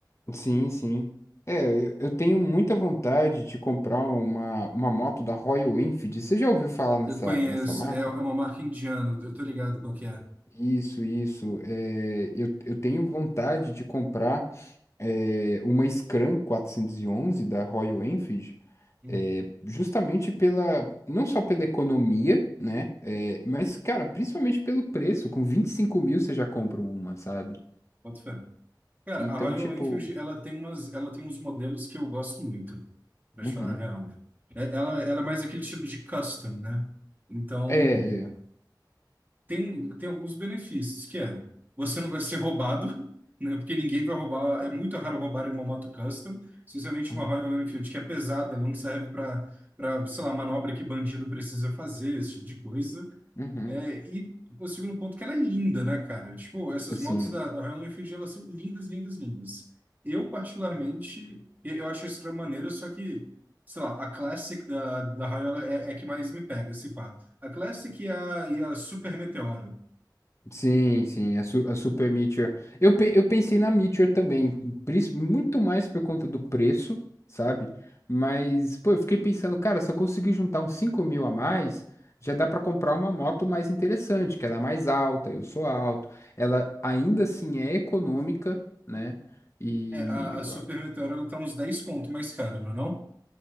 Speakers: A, on the left; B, on the right.
A: Sim, sim. É, eu, eu tenho muita vontade de comprar uma, uma moto da Royal Enfield. Você já ouviu falar nessa,
B: Eu conheço,
A: nessa marca?
B: é, é uma marca indiana, eu tô ligado qual que é.
A: Isso, isso. É, eu, eu tenho vontade de comprar. é, uma Scram 411 da Royal Enfield,
B: Hum,
A: é, justamente pela, não só pela economia, né, é, mas, cara, principalmente pelo preço, com 25 mil você já compra uma, sabe?
B: boto fé. Cara,
A: Então,
B: a Royal
A: tipo,
B: Enfield, ela tem umas, ela tem uns modelos que eu gosto muito, pra te
A: uhum.
B: falar a real. É- Ela, ela é mais aquele estilo de custom, né? Então,
A: É, é,
B: tem, tem alguns benefícios, que é, você não vai ser roubado, <laughs> né? Porque ninguém vai roubar, é muito raro roubar uma moto custom, especialmente
A: uhum.
B: uma Royal Enfield, que é pesada, ela não serve para, para, sei lá, manobra que bandido precisa fazer, esse tipo de coisa.
A: Uhum.
B: É, e o segundo ponto que ela é linda, né, cara? Tipo, essas
A: Assim,
B: motos da, da Royal Enfield, elas são lindas, lindas, lindas. Eu, particularmente, e- eu acho a Scram maneira, só que, sei lá, a Classic da, da Royal é, é a que mais me pega, se pá. A Classic e a, e a Super Meteoro.
A: Sim, sim, a, su- a Super Meteor. Eu, pe- eu pensei na Meteor também, pris- muito mais por conta do preço, sabe? Mas, pô, eu fiquei pensando, cara, se eu conseguir juntar uns 5 mil a mais, já dá pra comprar uma moto mais interessante, que ela é mais alta, eu sou alto. Ela ainda assim é econômica, né? E
B: É, a, a Super Meteoro, ela tá uns dez conto mais cara, não é não?